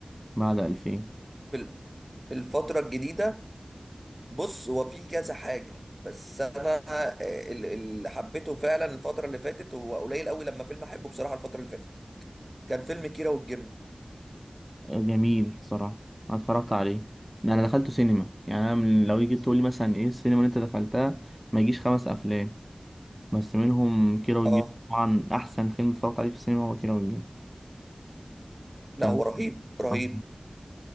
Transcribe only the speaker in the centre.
بعد 2000
جميل صراحه انا اتفرجت عليه انا أنا دخلته سينما يعني انا من لو جيت تقول لي مثلا ايه السينما اللي انت دخلتها ما يجيش خمس افلام بس منهم كيرة والجن
طبعا احسن فيلم اتفرجت عليه في السينما هو كيرة والجن
كان
آه،